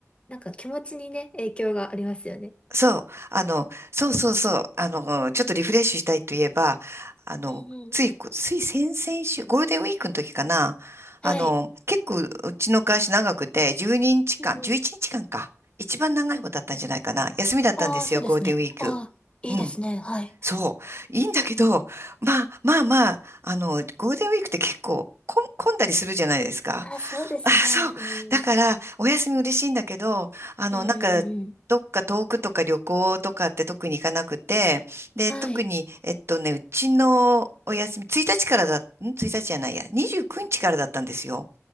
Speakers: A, on the left (about 20°); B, on the right (about 55°).
A: なんか気持ちにね、影響がありますよね。
B: そう、あの、そうそうそう、あの、ちょっとリフレッシュしたいといえば、あの、
A: うんうん。
B: ついこ、つい先々週、ゴールデンウィークの時かな、あの、
A: はい。
B: 結構うちの会社長くて、12日間、
A: うんうん。
B: 11日間かんか、一番長い方だったんじゃないかな、
A: うん。
B: 休みだったんですよ、
A: ああ、そうですね。
B: ゴールデンウィーク。
A: ああ、いいですね。
B: うん、
A: はい。
B: そう、いいんだけど、まあまあまあ、あの、ゴールデンウィークって結構混混んだりするじゃないですか。
A: あ、そうですね。
B: あ、そう。
A: うん。
B: だから、
A: うん
B: お休み嬉しいんだけど、あの、
A: うんうん。
B: なんか、どっか遠くとか旅行とかって特に行かなくて、で、
A: はい。
B: 特に、えっとね、うちのお休み、1日からだ、ん ?1 日じゃないや、29日からだったんですよ。